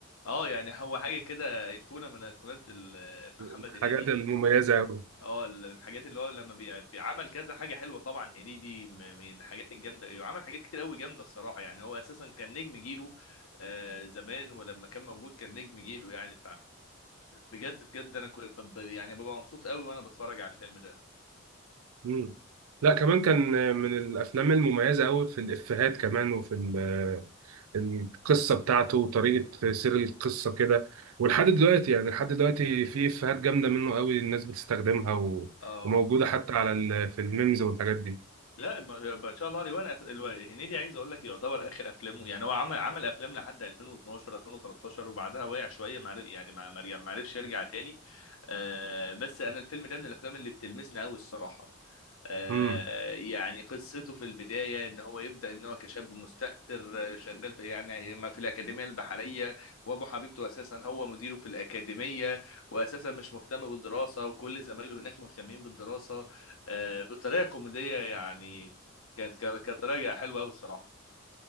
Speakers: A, on the left; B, on the right.
A: اه يعني هو حاجه كده ايقونه من ايقونات ال- محمد
B: الحاجات
A: هنيدي
B: المميزه قوي
A: اه الحاجات اللي هو لما بي- بيعمل كذا حاجه حلوه طبعا هنيدي م- من الحاجات الجامده عمل حاجات كتير قوي جامده الصراحه يعني هو اساسا كان نجم جيله آه زمان ولما كان موجود كان نجم جيله يعني بجد بجد انا كنت ب- ب- يعني ببقى مبسوط قوي وانا بتفرج على الفيلم ده
B: مم. لا كمان كان من الافلام المميزه قوي في الافيهات كمان وفي ال- القصه بتاعته وطريقه سير القصه كده ولحد دلوقتي يعني لحد دلوقتي في افيهات جامده منه قوي الناس بتستخدمها و-
A: اه
B: وموجوده حتى على ال- في الميمز والحاجات دي
A: لا ما ما شاء الله عليه وانا أس- الو- هنيدي عايز اقول لك يعتبر اخر افلامه يعني هو عمل عمل افلام لحد 2012 2013 وبعدها وقع شويه ما عرف- يعني ما ما رجع- ما عرفش يرجع تاني آه بس انا الفيلم ده من الافلام اللي بتلمسني قوي الصراحه آه،
B: مم.
A: يعني قصته في البداية إن هو يبدأ إن هو كشاب مستهتر آه، شغال في يعني ما في الأكاديمية البحرية وأبو حبيبته أساسا هو مديره في الأكاديمية وأساسا مش مهتم بالدراسة وكل زمايله هناك مهتمين بالدراسة آه، بطريقة كوميدية يعني كانت كانت كانت طريقة حلوة أوي الصراحة